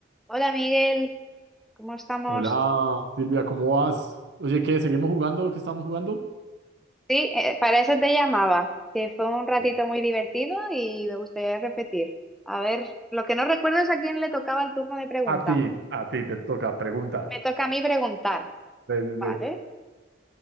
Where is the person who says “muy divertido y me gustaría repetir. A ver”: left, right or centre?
Centre